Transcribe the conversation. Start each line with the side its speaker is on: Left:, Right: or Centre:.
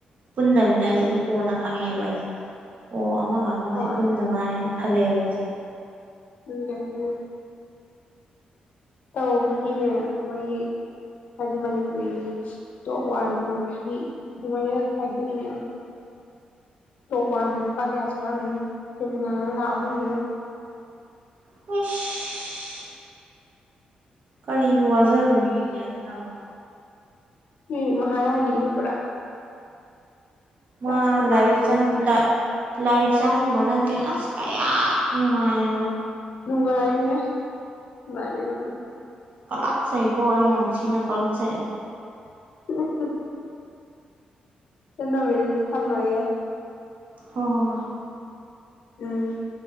Right: ꯄꯨꯟꯗꯕꯤꯅ ꯑꯩꯖꯦ
Left: ꯎꯝ
Right: ꯗꯨꯝ ꯍꯪꯉꯦꯕ ꯑꯩꯖꯦ ꯑꯣ ꯑꯣ ꯑꯃꯒ ꯑꯃꯒꯁꯤ
Left: ꯍꯣꯏ
Right: ꯄꯨꯟꯗ ꯃꯥꯜꯂꯦꯅ ꯍꯜꯂꯛꯑꯦꯕ ꯑꯩꯁꯦ
Left: <unintelligible> ꯇꯕꯨꯗꯤꯅꯦ ꯃꯣꯏꯒꯤ ꯍꯥꯏꯗꯤ ꯃꯅꯤꯄꯨꯔꯤꯒꯤ ꯇꯣꯞ ꯋꯥꯟ ꯇꯨ ꯊ꯭ꯔꯤ ꯑꯗꯨꯃꯥꯏꯅ ꯈꯥꯏꯗꯣꯛꯏꯅꯦꯕ ꯇꯣꯞ ꯋꯥꯟ ꯂꯨꯄꯥ ꯀꯌꯥ ꯆꯥꯔꯝꯅꯤ ꯄꯔꯦꯃꯤꯟꯅ ꯂꯥꯛ ꯑꯍꯨꯝꯅꯦ ꯌꯦꯡꯉꯣ
Right: ꯍꯨꯏꯁꯁ ꯀꯔꯤꯕꯨꯋꯥꯖꯔꯨꯅꯤꯒꯦ ꯑꯗꯨꯅꯃꯨꯛ
Left: ꯎꯝ ꯃꯍꯥꯔꯥꯅꯤꯅꯤ ꯄꯨꯔꯥ
Right: ꯃꯥ
Left: ꯔꯥꯁꯀꯨꯃꯥꯔꯤꯅꯤ
Right: ꯂꯔꯤꯛ ꯆꯪ ꯂ ꯂꯥꯏꯔꯤꯛ ꯆꯪꯉꯨꯕ ꯅꯠꯇꯦ ꯑꯁ ꯀꯌꯥ ꯅꯨꯡꯉꯥꯏꯅ
Left: ꯅꯨꯡꯉꯥꯏꯍꯦ ꯃꯥꯅꯦ ꯃꯥꯅꯦ
Right: ꯀꯂꯥꯛꯆꯩꯀꯣ ꯑꯩ ꯌꯥꯝ ꯊꯤꯅ ꯀꯂꯛꯆꯩ
Left: <unintelligible> ꯆꯟꯇꯣꯝꯕꯤ ꯗꯨꯗꯤ ꯊꯝꯃꯒꯦ
Right: ꯍꯣ ꯍꯣ ꯍꯣ
Left: ꯎꯝ